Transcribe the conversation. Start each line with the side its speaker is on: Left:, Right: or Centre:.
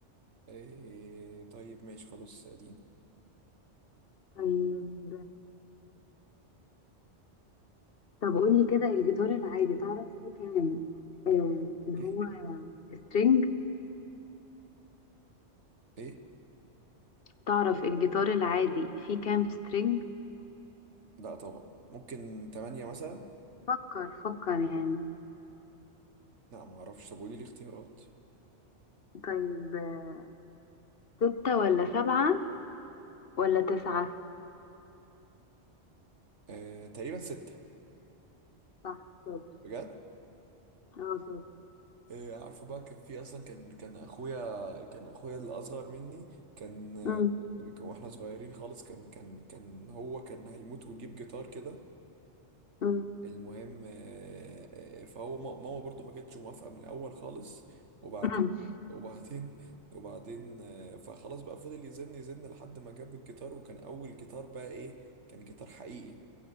Right: آه، طيب ماشي خلاص سأليني
Left: طيب طب قول لي كده الجيتار العادي تعرف فيه كام آه اللي
Right: ايه
Left: هو سترينج
Right: ايه
Left: تعرف الجيتار العادي فيه كام سترينج
Right: لا طبعا ممكن تمانية مثلا
Left: فكر فكر يعني
Right: لا ما اعرفش طب قولي لي اختيارات
Left: طيب آه ستة ولا سبعة ولا تسعة
Right: آه، تقريبا ستة
Left: صح شاطر
Right: بجد
Left: اه شاطر
Right: آه، عارفه بقى كان في اصلا كان كان اخويا كان اخويا اللي اصغر مني كان آه،
Left: أم،
Right: كان- واحنا صغيرين خالص كان كان كان هو كان هيموت ويجيب جيتار كده
Left: أم،
Right: المهم آه، آه، آه، فهو ما- ماما برضو ما كانتش موافقة من الاول خالص وبعد
Left: أم،
Right: وبعدين وبعدين آه، فخلاص بقى فضل يزن يزن لحد ما جاب الجيتار وكان اول جيتار بقى ايه كان جيتار حقيقي